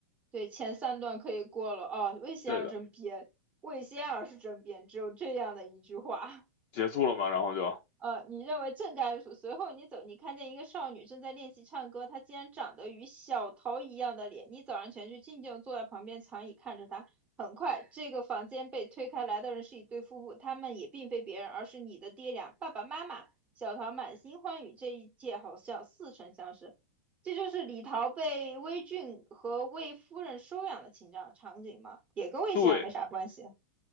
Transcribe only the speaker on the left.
对的，
结束了嘛，然后就
对，